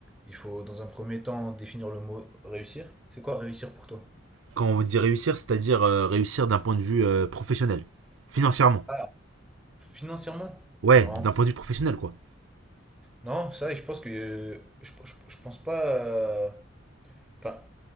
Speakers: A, in the centre; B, on the right.
A: il faut dans un premier temps définir le mot réussir. C'est quoi réussir pour toi?
B: Quand on dit réussir, c'est-à-dire euh, réussir d'un point de vue euh, professionnel, financièrement.
A: Ah. Financièrement?
B: Ouais,
A: Non.
B: d'un point de vue professionnel, quoi.
A: Non, ça, je pense que je, je- je pense pas. euh, Enfin,